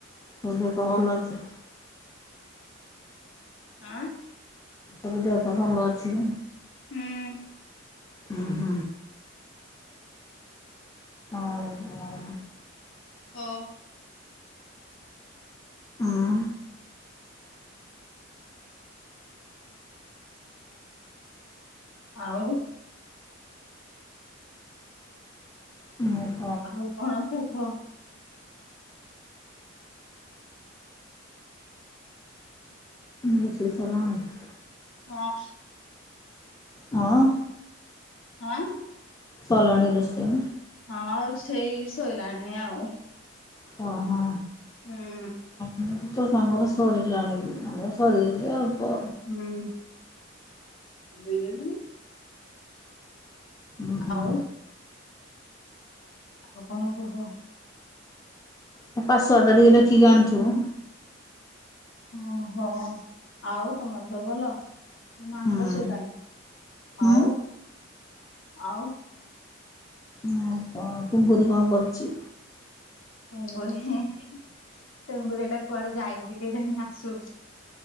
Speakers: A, on the left; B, on the left.
A: ତୋ ଦେହପା ଭଲ ଅଛି?
B: ଆଁ।
A: ସବୁ ଦେହ ପା ଭଲ ଅଛି।
B: ହୁଁ।
A: ହୁହୁ।
B: <inaudible>
A: ଆଉ କଣ
B: ହୋ
A: ଉଁ।
B: ଆଉ।
A: <unintelligible>
B: ଆଉ କଣ କୁହ।
A: ରୋଷେଇ ସରିଲାଣି?
B: ହଁ।
A: ହଁ।
B: ଆଁ।
A: ସରିଲାଣି ରୋଷେଇ।
B: ହଁ ଆଉ ସେଇ ଶୋଇଲାଣି ଆଉ।
A: କହ।
B: ହୁଁ
A: <inaudible> ସାଙ୍ଗର ସରିଲାଣିିବି ଆମର ସାରିଛି ଯେ ଅଳ୍ପ।
B: ହୁଁ <unintelligible>
A: ଉଁ ହୁଁ।
B: ଆଉ ଆଉ କଣ କୁହ?
A: ତା ପାଶୱର୍ଡ ଟା ଟିକେ ଦେଖିକି ଆଣିଥିବୁ।
B: ଓହୋ ଆଉ ତମର ସବୁ ଭଲ? ନାହିଁ
A: ହୁଁ।
B: ତ ସେ କାଇଁ
A: ହୁଁ
B: ଆଉ ଆଉ।
A: ଆଉ କଣ ତୁଙ୍ଗୁରି କଣ କରୁଛି?
B: ଟୁଙ୍ଗୁରି ହିଁ। ଟୁଙ୍ଗୁରୀ ଟା କୁଆଡେ ଯାଇଛି କିଜାଣି ଆସୁ।